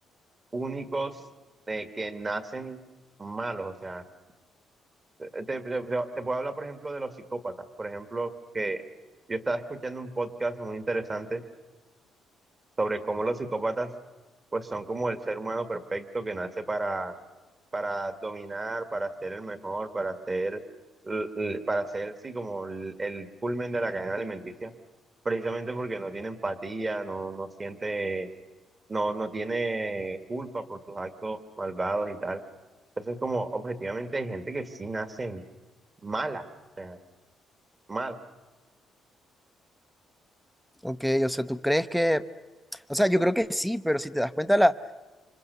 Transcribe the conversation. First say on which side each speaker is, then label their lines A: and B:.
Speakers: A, on the right (about 25°); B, in the centre.
A: únicos de que nacen malos, o sea, te, te, te- te puedo hablar, por ejemplo, de los psicópatas, por ejemplo, que yo estaba escuchando un podcast muy interesante sobre cómo los psicópatas pues son como el ser humano perfecto que nace para, para dominar, para ser el mejor, para ser, l- l- para ser sí como el, el culmen de la cadena alimenticia, precisamente porque no tiene empatía, no, no siente, no, no tiene culpa por sus actos malvados y tal. Entonces como objetivamente hay gente que sí nace mala, o sea, mala.
B: ok, o sea, tú crees que... O sea, yo creo que sí, pero si te das cuenta, la,